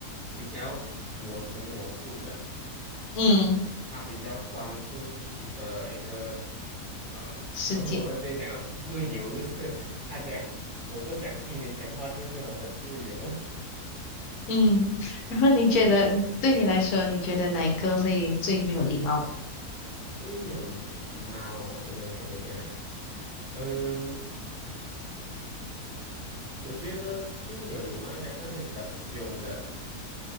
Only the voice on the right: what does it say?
比较我行我素的，
它比较关注自己的一个呃，
所以我们之前讲到自由，就是它讲我不想听你讲话，就是我的自由。<laughs>
最没有礼貌啊！你给我想一想，嗯，我觉得最没有礼貌应该是那些比较凶的